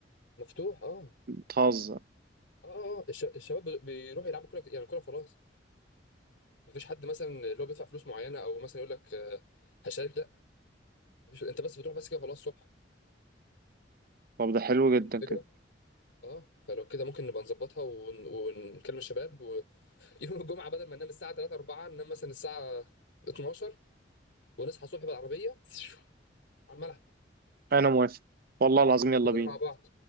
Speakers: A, on the left; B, on the right.
A: مفتوح اه
B: بتهزر
A: اه اه الش- الشباب بي- بيروحوا يلعبوا كورة كت- يعني كورة خلاص مفيش حد مثلا اللي هو بيدفع فلوس معينة او مثلا يقول لك آه، هشارك لا مفيش انت بس بتروح بس كده خلاص الصبح
B: طب ده حلو جدا
A: فهمت الفكرة؟
B: كده
A: اه فلو كده ممكن نبقى نظبطها ون... ونكلم الشباب ويوم الجمعة بدل ما ننام الساعة 3 4 ننام مثلا الساعة 12 ونصحى الصبح بالعربية على الملعب
B: انا موافق والله العظيم يلا
A: كلنا
B: بينا
A: مع بعض